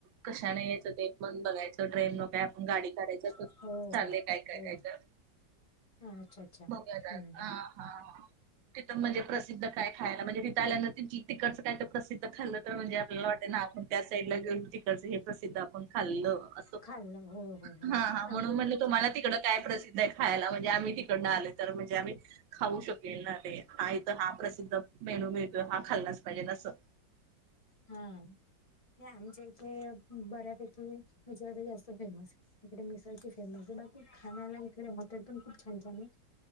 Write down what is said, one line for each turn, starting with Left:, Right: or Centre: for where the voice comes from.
Right: कशा ने यायचं ते? मण बघायचं ट्रेन मग काय आपण गाडी काढायच तर
Left: हो
Right: चाललेय
Left: हो
Right: काय काय
Left: हो
Right: काय काय
Left: अच्छा. अच्छा हम्म
Right: बघयात
Left: हम्म
Right: ह, हा तिथ म्हणजे प्रसिद्ध काय खायला म्हणजे तिथ आल्यानर तची तट, का तर प्रसिद्ध खाल्लं तर म्हणजे आपल्याला वाट ना आपण त्या साईड ला घेऊन. प्रसिद् आपण खाल् अस
Left: खाल्लं हो हो हो
Right: म्हणून
Left: आमच्या इकडे
Right: म्हण तुम्हाला
Left: ज्या
Right: तिकड, काय प्रसिद्ध आहे खायला म्हणजे आम्ही तिकडन आलो तर म्हणजे आम्ही, खाऊ शकेल ना ते हा इथं हा प्रसिद्ध मेनू मिळतोय हा खाल्लाच पाहिजे अससं,
Left: हा नाही आमच्या ते बऱ्यापैकी त्याच्यामध्ये जास्त फेमस इकडे मिसळची फेमस आहे बाकी खाण्याला इकडे हॉटेल पण खूप छान छान आहे